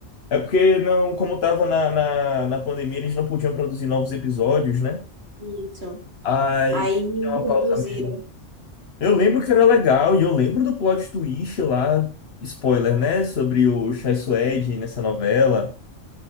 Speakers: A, on the left (about 55°); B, on the right (about 50°).
A: É porque não, como estava na, na, na pandemia, eles não podiam produzir novos episódios, né?
B: Isso.
A: Aí
B: Aí
A: deu uma
B: reduziram.
A: pausa mesmo. Eu lembro que era legal, e eu lembro do plot twist lá, spoiler, né? Sobre o Chai Suede nessa novela,